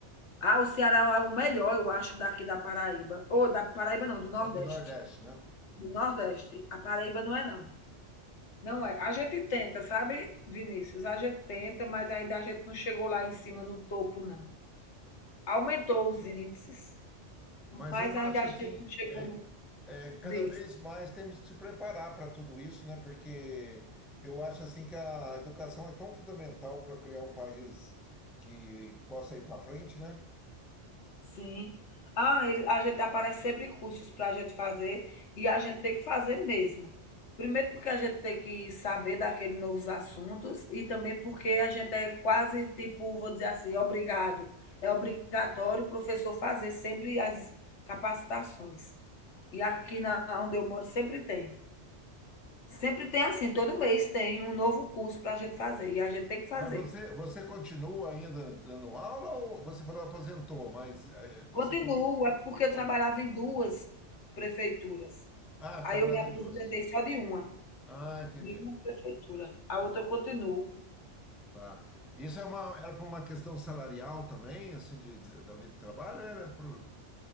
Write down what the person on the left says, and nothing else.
Ah, o Ceará é o melhor, eu acho, daqui da Paraíba. Ou da Paraíba não, do Nordeste.
Do Nordeste. A Paraíba não é não. Não
é. A gente tenta, sabe, Vinícius? A gente tenta, mas ainda a gente não chegou lá em cima no topo, não. Aumentou os índices,
mas
ainda
a
gente não chegou
no.
Diz,
sim. Ah, ele- a gente aparece sempre cursos para a gente fazer e a gente tem que fazer mesmo. Primeiro porque a gente tem que saber daqueles novos assuntos e também porque a gente é quase tipo, vou dizer assim, obrigado. É obrigatório o professor fazer sempre as capacitações. E aqui na, onde eu moro sempre tem. Sempre tem assim, todo mês tem um novo curso para a gente fazer. E a gente tem que fazer.
Continuo, é porque eu trabalhava em duas prefeituras.
Aí
eu me aposentei
só de uma,
de uma prefeitura. A outra eu continuo.